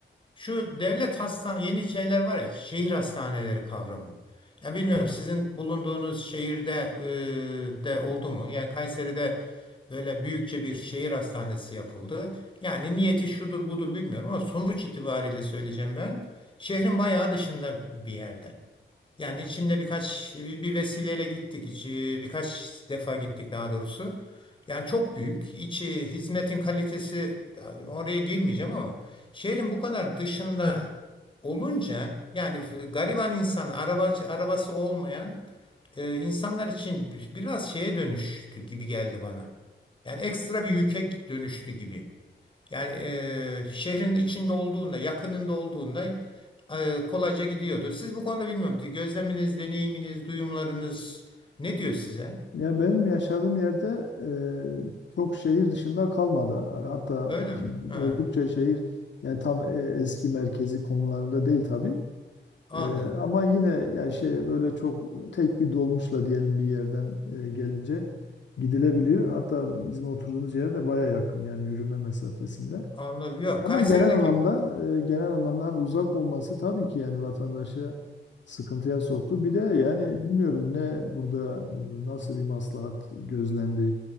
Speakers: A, on the left; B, on the left.
A: şu devlet hastane yeni şeyler var ya şehir hastaneleri kavramı. Ya bilmiyorum sizin bulunduğunuz şehirde e, de oldu mu? Yani Kayseri'de böyle büyükçe bir şehir hastanesi yapıldı. Yani niyeti şudur budur bilmiyorum ama sonuç itibariyle söyleyeceğim ben. Şehrin bayağı dışında bir yerde. Yani içinde birkaç bir vesileyle gittik içi birkaç defa gittik daha doğrusu. Yani çok büyük. İçi hizmetin kalitesi oraya girmeyeceğim ama şehrin bu kadar dışında olunca yani gariban insan araba arabası olmayan e, insanlar için biraz şeye dönüştü gibi geldi bana. Yani ekstra bir yüke dönüştü gibi. Yani eee, şehrin içinde olduğunda, yakınında olduğunda eee, kolayca gidiyordu. Siz bu konuda bilmiyorum. Gözleminiz, deneyiminiz, duyumlarınız ne diyor size?
B: Ya benim yaşadığım yerde e, çok şehir dışında kalmadı. Hatta
A: Öyle mi? Ha,
B: oldukça şehir yani tam e, eski merkezi konularında değil tabii.
A: anladım.
B: Ee, ama yine ya şey böyle çok tek bir dolmuşla diyelim bir yerden e, gelince gidilebiliyor. Hatta bizim oturduğumuz yere de baya yakın yani yürüme mesafesinde.
A: Anladım. Yok,
B: Ama
A: Kayseri'deki
B: genel anlamda e, genel anlamda hani uzak olması tabii ki yani vatandaşı sıkıntıya soktu. Bir de yani bilmiyorum ne burada e, nasıl bir maslahat gözlendi